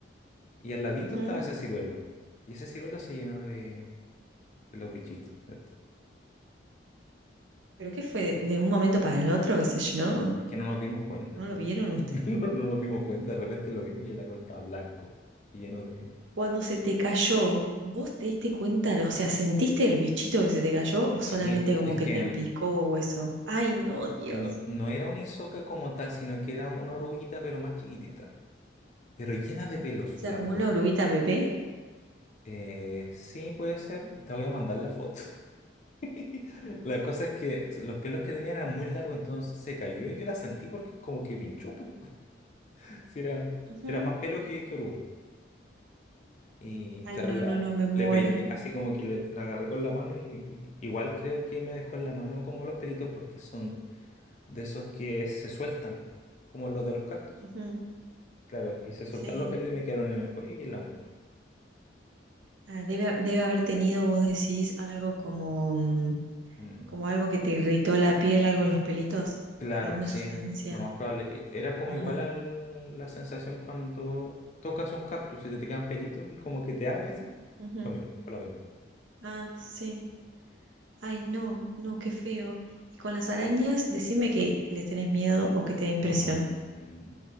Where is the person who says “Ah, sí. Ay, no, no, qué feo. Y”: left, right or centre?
Right